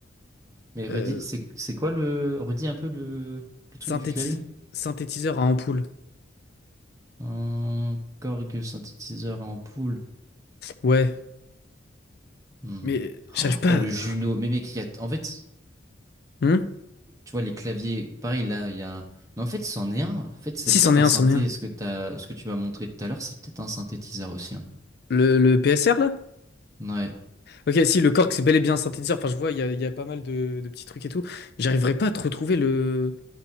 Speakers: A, on the right; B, on the left.
A: Mais redis,
B: euh,
A: c'est c'est quoi le, redis un peu le, le truc
B: synthétis-
A: du clavier.
B: synthétiseur à ampoule.
A: Euh, Korg synthétiseur en poule.
B: Ouais,
A: Hmm.
B: mais j'arrive pas.
A: Oh, le
B: à-
A: Juno. Mais mec, il y a, en fait.
B: Hmm
A: Tu vois, les claviers, pareil, là, il y a... Mais en fait, c'en est un. En fait, c'est
B: Si,
A: peut-être
B: c'en est
A: un
B: un,
A: synthé.
B: c'en est un.
A: Ce que t'as... ce que tu m'as montré tout à l'heure, c'est peut-être un synthétiseur aussi. hein.
B: Le, le PSR, là?
A: Ouais.
B: Ok, si le cork c'est bel et bien un synthétiseur, enfin je vois, il y a, il y a pas mal de, de petits trucs et tout. J'arriverai pas à te retrouver le,